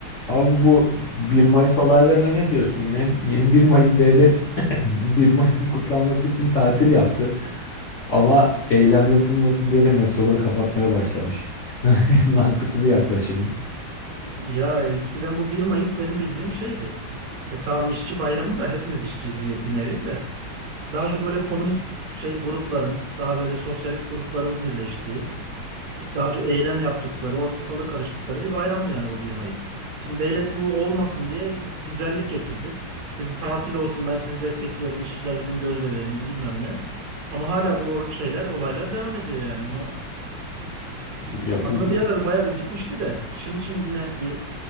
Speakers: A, on the left; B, on the right.
A: Abi bu 1 Mayıs olaylarına ne diyorsun yine? Yeni 1 Mayıs devlet <clears throat> 1 Mayıs'ın kutlanması için tatil yaptı. Ama eylem yapılmasın diye de metroları kapatmaya başlamış. <laughs> Mantıklı bir yaklaşım mı?
B: Ya eskiden bu bir Mayıs benim bildiğim şeydi. Ya tamam işçi bayramı da hepimiz işçiyiz bir, bir nevi de. Daha çok böyle komünist şey grupların, daha böyle sosyalist grupların birleştiği, işte daha çok eylem yaptıkları, ortalığı karıştıkları bir bayramdı yani bu bir Mayıs. Şimdi devlet bu olmasın diye bir güzellik getirdi. Dedi tatil olsun ben sizi destekliyorum, işçiler bizim göz bebeğimiz bilmem ne. Ama hala bu or- şeyler, olaylar devam ediyor yani. Ona
A: Ya
B: aslında
A: bu, bu
B: bir ara bayağı bir bitmişti de şimdi şimdi yine bir